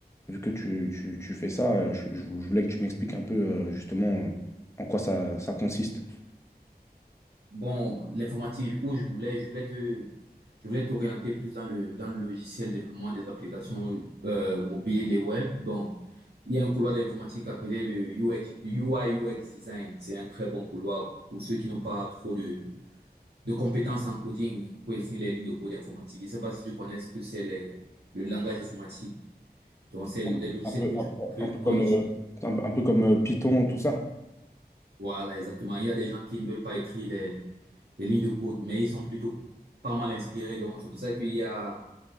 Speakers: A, on the left; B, on the right.
A: vu que tu, tu, tu fais ça. euh, Je, je vou- je voulais que tu m'expliques un peu, euh, justement, euh, en quoi ça, ça consiste.
B: Bon, l'informatique, où je voulais, je voulais te, je voulais t'orienter plus dans le, dans le logiciel développement des applications euh, mobiles et web. Donc, il y a un couloir de l'informatique appelé le UX, UI UX Design. C'est un très bon couloir pour ceux qui n'ont pas trop de, de compétences en coding pour écrire les lignes de code informatique. Je ne sais pas si tu connais ce que c'est les- le langage informatique. Donc, c'est les
A: Un
B: logiciels
A: un peu,
B: que tu,
A: un peu,
B: que,
A: un
B: qu'on
A: peu comme,
B: étudie.
A: euh, un, un peu comme euh, Python, tout ça.
B: Voilà, exactement. Il y a des gens qui ne veulent pas écrire des, des lignes de code, mais ils sont plutôt pas mal inspirés. Donc, c'est pour ça qu'il y a,